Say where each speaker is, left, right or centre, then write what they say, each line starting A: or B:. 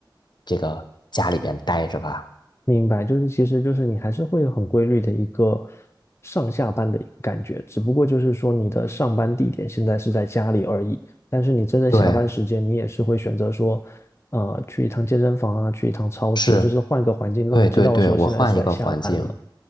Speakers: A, on the left (about 65°); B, on the left (about 35°).
A: 这个家里边待着吧。
B: 明白，就是其实就是你还是会有很规律的一个上下班的一个感觉，只不过就是说你的上班地点现在是在家里而已，但是你真的下班时间，
A: 对，
B: 你也是会选择说，呃，去一趟健身房啊，去一趟超市，
A: 是，
B: 就是换个环境，
A: 对对对，
B: 让你知道说现在是在下班了。
A: 我换一个环境。